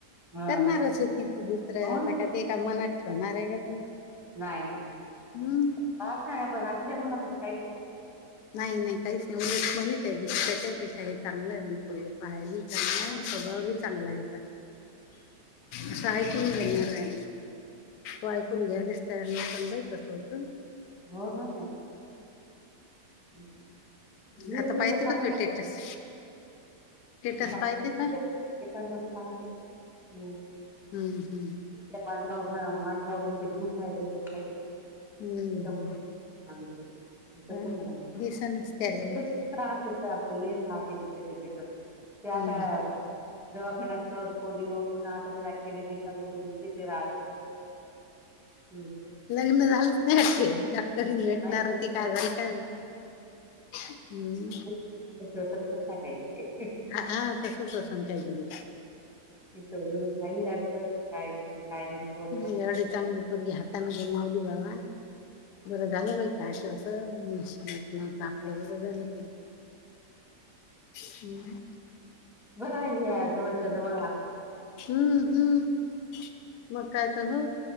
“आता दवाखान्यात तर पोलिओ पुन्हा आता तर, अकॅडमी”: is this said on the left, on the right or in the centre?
Centre